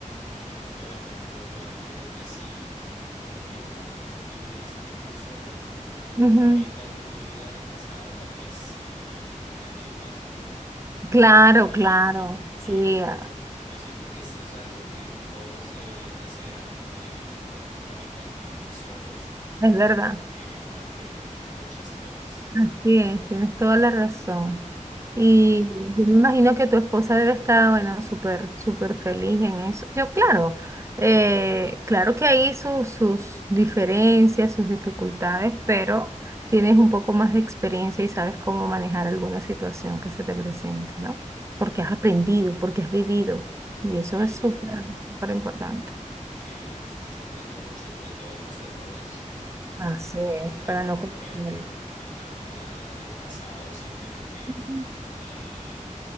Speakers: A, on the left; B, on the right.
A: y fue algo muy bueno. Yo creo que si no hubiera vivido ese tiempo solo,
B: Ujú.
A: ahorita en mi vida de casado tal vez sí me daría más duro
B: Claro,
A: y,
B: claro,
A: y
B: sí,
A: yo,
B: ah,
A: yo siento que eso es algo que todos deberían hacer antes de vivir con una pareja, es vivir solos
B: es verdad.
A: porque van a aprender muchas cosas.
B: Así es, tienes toda la razón.
A: Ujú.
B: Y yo me imagino que tu esposa debe estar, bueno, súper, súper feliz en eso. Yo, claro, eh, claro que hay sus, sus diferencias, sus dificultades, pero tienes un poco más de experiencia y sabes cómo manejar alguna situación que se te presente, ¿no? Porque has aprendido, porque has vivido. Y eso
A: Y
B: es súper, súper importante.
A: sí, digamos que se aprende mucho sobre todo de los errores. em,
B: Así es,
A: O sea,
B: para no confundir.
A: por ejemplo, en, en la vida de casado, siento yo que,
B: Ujú.
A: el-